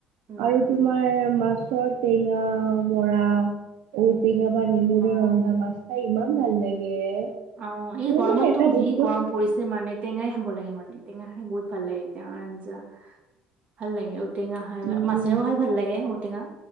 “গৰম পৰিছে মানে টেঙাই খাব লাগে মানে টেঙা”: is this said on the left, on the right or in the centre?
Right